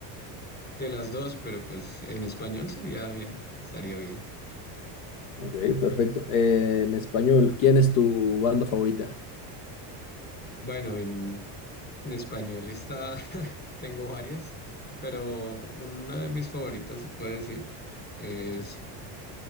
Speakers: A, on the left; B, on the left.
A: De las dos, pero pues en español sería bien, estaría bien.
B: Ok, perfecto. Eh, en español, ¿quién es tu banda favorita?
A: Bueno, en, en español está, <laughs> tengo varias, pero una de mis favoritos se puede decir es